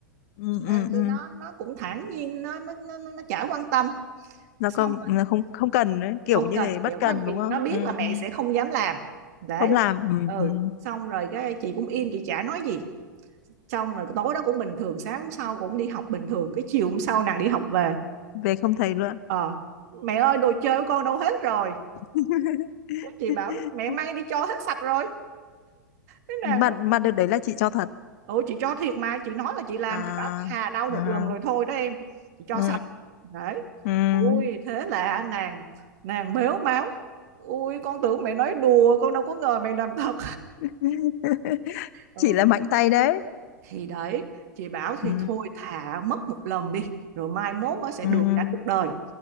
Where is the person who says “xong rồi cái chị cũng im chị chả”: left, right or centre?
Right